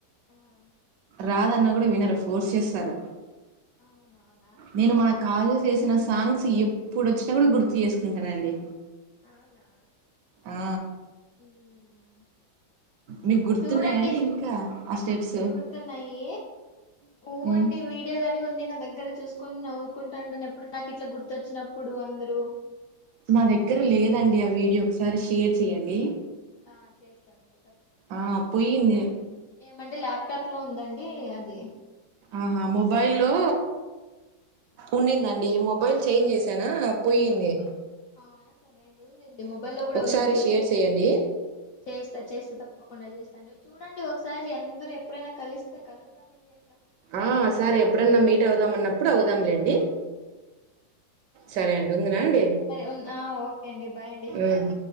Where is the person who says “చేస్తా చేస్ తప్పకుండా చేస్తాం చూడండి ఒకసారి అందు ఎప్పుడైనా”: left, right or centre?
Left